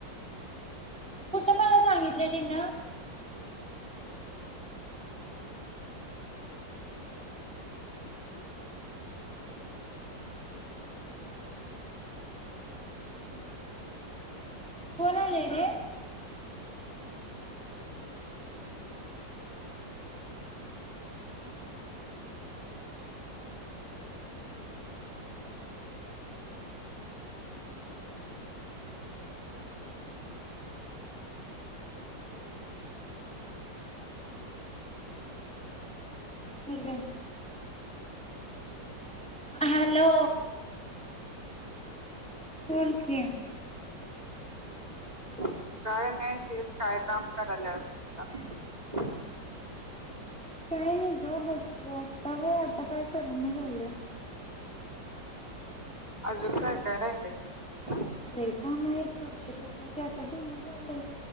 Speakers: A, in the centre; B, on the right.
A: कुठं मला सांगितलं तिन कोणाले रे हला हॅलो बोल कि
B: काय नाही तेच काय काम करायल अस विच
A: काही नाही ग बस आता वय आता काय करण झालं
B: अजून काय काय राहिलं
A: नाही काम आहेत वर्ष कसयचे आता दोनच झालं